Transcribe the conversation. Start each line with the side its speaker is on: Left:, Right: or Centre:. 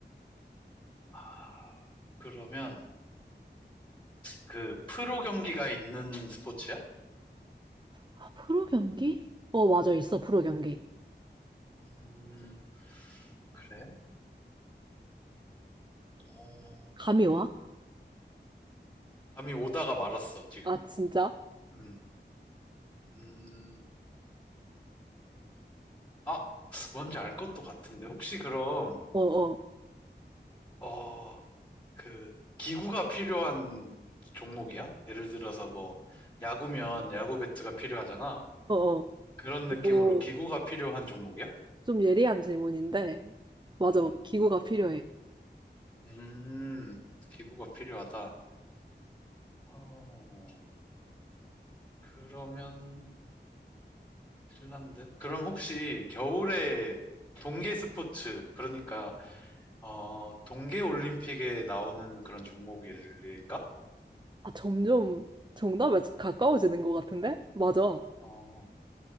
Left: 아, 그러면, 그, 프로 경기가 있는 스포츠야?
Right: 아, 프로 경기? 어, 맞아, 있어, 프로 경기.
Left: 음, 그래? 어,
Right: 감이 와?
Left: 감이 오다가 말았어, 지금.
Right: 아, 진짜?
Left: 음, 음, 아, 뭔지 알 것도 같은데. 혹시 그럼,
Right: 어, 어,
Left: 어, 그, 기구가 필요한 종목이야? 예를 들어서 뭐, 야구면 야구 배트가 필요하잖아.
Right: 어, 어.
Left: 그런 느낌으로
Right: 이거
Left: 기구가 필요한 종목이야?
Right: 좀 예리한 질문인데, 맞아,
Left: 음,
Right: 기구가 필요해.
Left: 음, 기구가 필요하다. 어, 그러면 핀란드? 그럼 혹시 겨울에 동계 스포츠, 그러니까 어, 동계 올림픽에 나오는 그런 종목일까?
Right: 아, 점점 정답에 가까워지는 것 같은데? 맞아.
Left: 어,